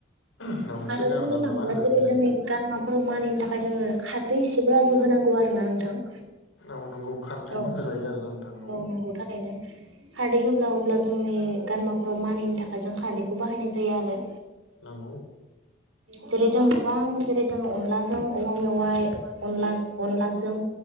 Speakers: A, on the left (about 85°); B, on the right (about 85°).
A: उनाव एसे
B: आरो
A: गारना
B: बुंनो
A: लाना
B: थाङोब्ला
A: होदो
B: जेरै
A: बिलाइखौ
B: जोंनि <unintelligible> खर' मानिनि थाखाय जोङो खारदै एसेब्लाबो होनांगौ आरो ना नोंथां
A: औ नंगौ खारदैबो
B: औ
A: होजायो आरोना नोंथां औ
B: नंगौ थारैनो। खारदै होब्ला अब्ला जोंनि गारामाफोराव मानिनि थाखाय जों खारदैखौ बाहायनाय जायो आरो।
A: नंगौ
B: जेरै जों गोबां जेरै जों अनलाजों औवा मेवाइ अनला अनलाजों